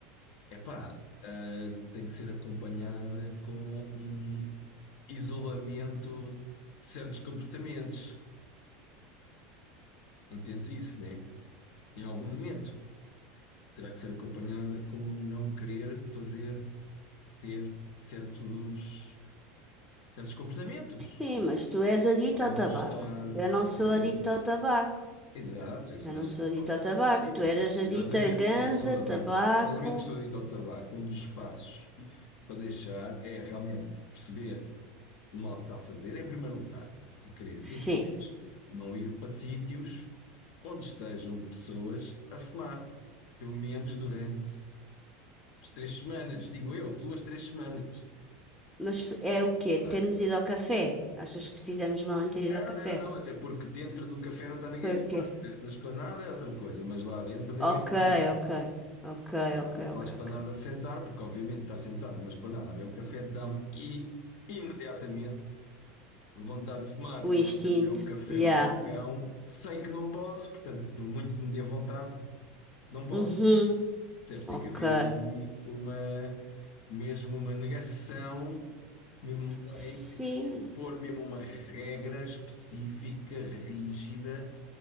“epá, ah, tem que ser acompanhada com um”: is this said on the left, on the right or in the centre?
Left